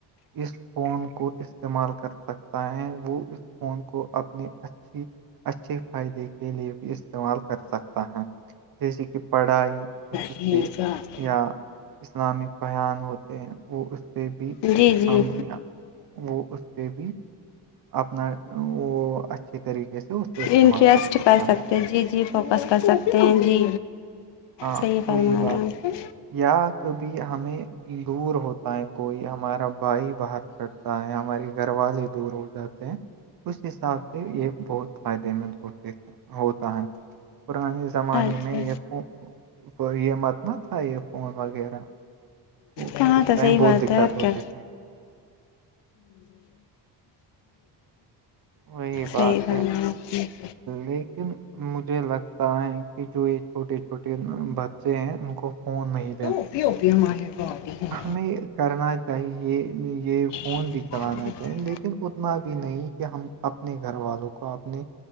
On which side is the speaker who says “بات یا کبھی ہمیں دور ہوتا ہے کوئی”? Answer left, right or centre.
Right